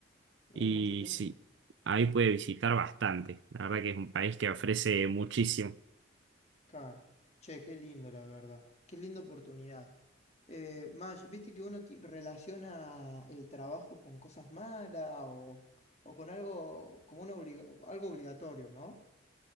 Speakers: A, on the left (about 35°); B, on the right (about 70°).
A: Uh,
B: Y
A: mucho tiempo.
B: sí, ahí puede visitar bastante. La verdad que es un país que ofrece muchísimo.
A: Claro. Che, qué lindo, la verdad. Qué linda oportunidad. Eh, Maj, ¿viste que uno ti- relaciona el trabajo con cosas malas o, o con algo, como una obliga- algo obligatorio, ¿no?